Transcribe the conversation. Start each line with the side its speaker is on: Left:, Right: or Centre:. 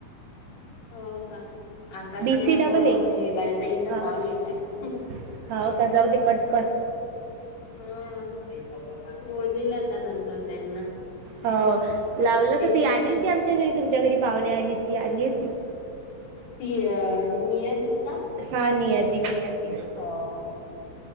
Left: हो का? आकाश
Right: बीसी
Left: मामा
Right: डबल ए
Left: हे बालताईचा
Right: होा
Left: कॉल येत आहे.
Right: का जाऊ दे कटक
Left: हा बोललाता नंतर त्यांना
Right: हो लावलं का
Left: याच्याचसाठी
Right: ती आली होती आमच्या घरी तुमच्या घरी पाहुणे आली ती आली होती
Left: ती अ नियतील का
Right: हा नियाची निया त
Left: हो